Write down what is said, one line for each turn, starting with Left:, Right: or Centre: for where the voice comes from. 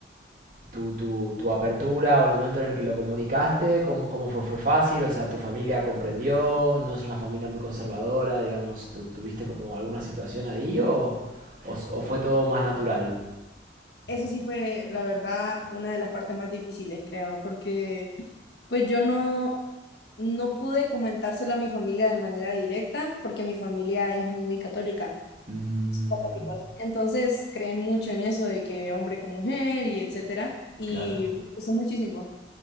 Right: tu, tu, tu apertura o el momento en el que lo comunicaste, ¿cómo, cómo fue? ¿Fue fácil? O sea, ¿tu familia comprendió? ¿No es una familia muy conservadora? Digamos, Tú ¿tuviste como alguna situación ahí o, o, s- o fue todo más natural?
Left: Eso sí fue, la verdad, una de las partes más difíciles, creo, porque pues yo no, no pude comentárselo a mi familia de manera directa porque mi familia es muy católica.
Right: Mm,
Left: católicos. Entonces creen mucho en eso de que hombre con mujer y etcétera. Y
Right: claro.
Left: me gustó muchísimo.